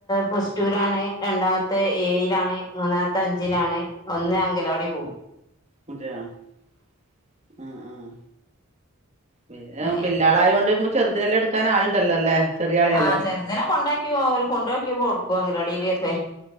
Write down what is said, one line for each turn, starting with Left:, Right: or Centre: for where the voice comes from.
Left: പ്ലസ്ടുലാണ് രണ്ടാമത്തെ ഏയിലാണ് മൂന്നാമത്തെ അഞ്ചിലാണ് ഒന്ന് അങ്കിലവാടി പോകും
Right: <unintelligible> ആഹ് ആഹ് പിന്നെ
Left: അങ്ങനെ
Right: ബില്ലാള ആയോണ്ട് ചെറുതിനെല്ലാം എടുക്കാ ആളുണ്ടല്ലോ അല്ലേ ചെറിയ ആളെയല്ലോ
Left: ആഹ് ചെറുതിനെ കൊണ്ടാക്കി അവര് കൊണ്ടാക്കി കൊടുക്കു അംഗനവാടിയില് <unintelligible>